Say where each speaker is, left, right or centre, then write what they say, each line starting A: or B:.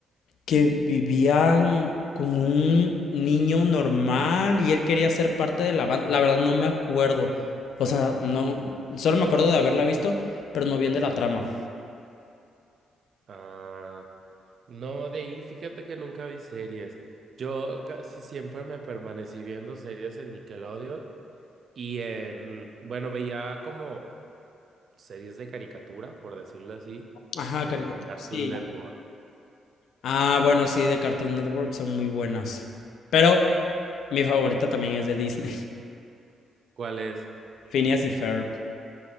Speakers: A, on the left; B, on the right.
A: que vivían con un niño normal y él quería ser parte de la banda. La verdad no me acuerdo. O sea, no... Solo me acuerdo de haberla visto, pero no bien de la trama.
B: Ah, no, de ahí fíjate que nunca vi series. Yo casi siempre me permanecí viendo series en Nickelodeon y en, bueno, veía como series de caricatura, por decirlo así,
A: Ajá,
B: en
A: caricatura.
B: Cartoon
A: Sí.
B: Network.
A: Ah, bueno, sí, de Cartoon Network son muy buenas. Pero mi favorita también es de Disney.
B: ¿Cuál es?
A: Phineas y Ferb.